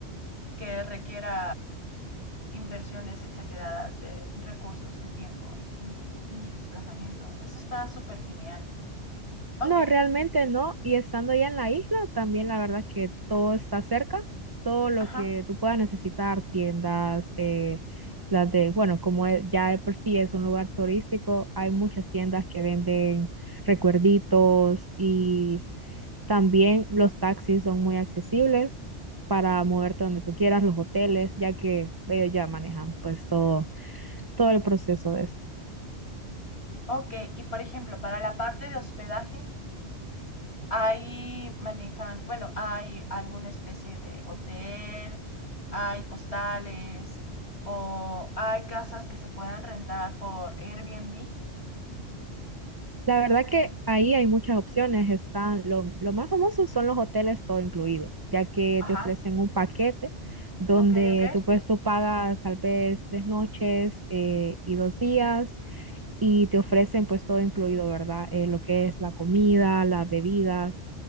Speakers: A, on the left (about 65°); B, on the right (about 20°).
A: que requiera inversiones exageradas de recursos, de tiempo, ni, ni desplazamiento. Eso está súper genial. Ok,
B: No, realmente no. Y estando ya en la isla, también la verdad que todo está cerca, todo lo
A: ajá.
B: que tú puedas necesitar, tiendas, eh, las de, bueno, como es- ya de por sí es un lugar turístico, hay muchas tiendas que venden recuerditos y También los taxis son muy accesibles para moverte donde tú quieras, los hoteles, ya que ellos ya manejan pues todo, todo el proceso de eso.
A: Ok, y por ejemplo, para la parte de hospedaje, ahí manejan, bueno, hay alguna especie de hotel, hay hostales o hay casas que se puedan rentar por Airbnb.
B: La verdad que ahí hay muchas opciones, están lo, lo más famoso son los hoteles todo incluido, ya que
A: Ajá,
B: te ofrecen un paquete donde
A: ok, ok.
B: tú pues tú pagas tal vez tres noches eh, y dos días y te ofrecen pues todo incluido, ¿verdad? Eh, lo que es la comida, las bebidas